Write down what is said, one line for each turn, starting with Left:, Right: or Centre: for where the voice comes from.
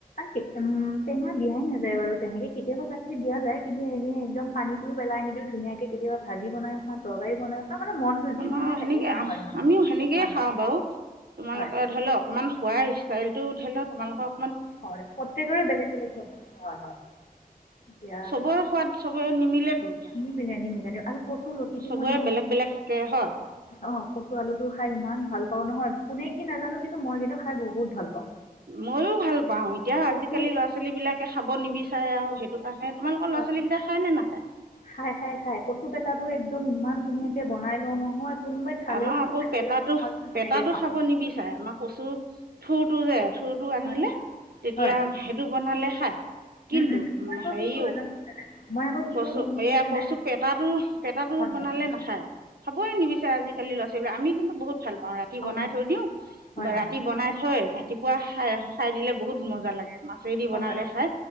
Left: কিতে হাবি আহ ন বাৰু তেনেকে কেতিয়াবা তাট দিয়া যায় কিন্তু এনে একদম পানীটোও পেলাই নিদিও ধুনীয়াক কেতিয়াবা ভাজি বনাই। খাওঁ তৰকাৰী বনাই খাওঁ মানে মনটো যি
Right: আমাৰ
Left: মন যায় তাকেই
Right: সেনেকে
Left: খাওঁ আৰু মানে
Right: আমিও সেনেকেই
Left: হয়
Right: খাওঁ
Left: হয়
Right: বাৰু তোমালোকে
Left: হয়
Right: ধৰি লও অকনমান খোৱাই আহিছে চাৰলটো উঠাই লে তোমালোকক।
Left: হয় প্ৰতেকৰে বেলেগ বেলেগ হয় হয় এতিয়া
Right: চবৰে সোৱাদ চবৰে নিমিলেতো এতিয়া
Left: নিমিলন নিমিলন আৰু কচ কটো
Right: চবৰে
Left: মই ইমান
Right: বেলেগ বেলেগ থাকে হয়
Left: অ কচু আলুটো খাই ইমান ভাল পাওঁ নহয়, কোনে কি নাজানো কিন্তু মই কিন্তু খাই বহুত ভাল পাওঁ
Right: মোৰ, পাওঁ এতিয়া আজিকালি
Left: কচু
Right: ল'ৰা ছোৱালী বিলাকে খাব নিবিচাৰে আৰু সেইটো কাৰণে তোমালোকৰ
Left: হয়
Right: ল'ৰা ছোৱালী কেইটা খাই নে নেখায়
Left: খাই খাই খাই কচু পেটাতো একদম ইমান। ধুনীয়াকে বনাই লওঁ নহয়, কোনোবাই খালেও
Right: আমাৰ
Left: খাব
Right: আকৌ
Left: নাখালেও
Right: পেতটো
Left: মই ধুনীয়াকৈ
Right: পেতটো
Left: খাওঁ
Right: খাব নিবিচাৰে আমাৰ কচু থু টুযে ঠুটো আনিলে
Left: হয়
Right: তেতিয়া
Left: হয়
Right: সেইটো বনালে খাই
Left: উম
Right: কিন্তু
Left: উম
Right: উ
Left: মই আকৌ
Right: হেৰি
Left: কি কৰোঁ জানে নাই মই আকৌ কি
Right: কচু
Left: কৰোঁ গম পাইছেনে
Right: এয়া কচু
Left: নাই
Right: পেতাটো পেতাটো
Left: হয়
Right: বনালে
Left: হয়
Right: নাখায় খাবই নিবিচাৰে আজিকালি লৰা ছোৱালীবিলাক আমি কিন্তুবহুত ভাল। ৰাতি
Left: অঁ
Right: বনাই
Left: অঁ
Right: থৈ দিওঁ
Left: হয় হয়
Right: ৰাতি বনাই থৈ ৰাতি ৰাতিপুৱা খাই চাই দিলে বহুত মজা লাগে মাছেদি
Left: হয়
Right: বনালে
Left: হয়
Right: খাই